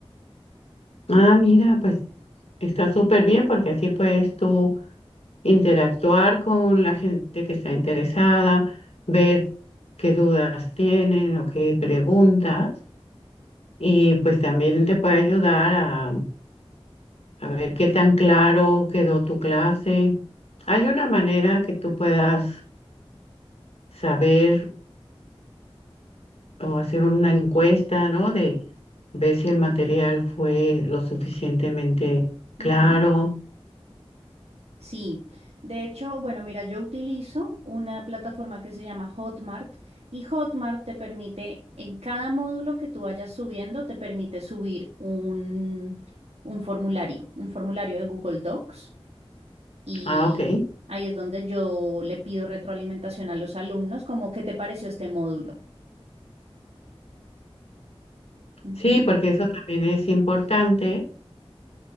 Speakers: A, on the left; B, on the right.
A: Ah, mira, pues está súper bien porque así puedes tú interactuar con la gente que está interesada, ver qué dudas tienen o qué preguntas y pues también te puede ayudar a, a ver qué tan claro quedó tu clase. Hay una manera que tú puedas saber o hacer una encuesta, ¿no? De ver si el material fue lo suficientemente claro.
B: Ujú. Sí, de hecho, bueno, mira, yo utilizo una plataforma que se llama Hotmart y Hotmart te permite, en cada módulo que tú vayas subiendo, te permite subir un, un formulario, un formulario de Google Docs y
A: Ah, ok.
B: ahí es donde yo le pido retroalimentación a los alumnos, como, ¿qué te pareció este módulo? Ujú,
A: Sí, porque eso también es importante